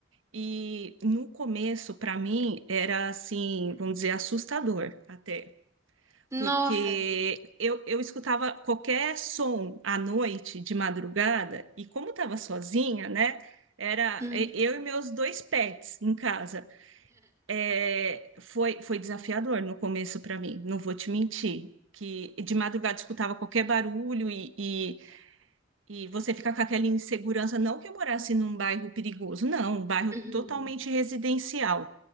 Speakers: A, on the right; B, on the right.
A: E no começo, para mim, era assim, vamos dizer, assustador até,
B: Nossa.
A: porque eu, eu escutava qualquer som à noite, de madrugada, e como estava sozinha, né? Era
B: Uhum.
A: e- eu e meus dois pets em casa. É, foi, foi desafiador no começo para mim, não vou te mentir. Que de madrugada escutava qualquer barulho e, e- e você fica com aquela insegurança, não que eu morasse num bairro perigoso, não, um bairro
B: uhum.
A: totalmente residencial.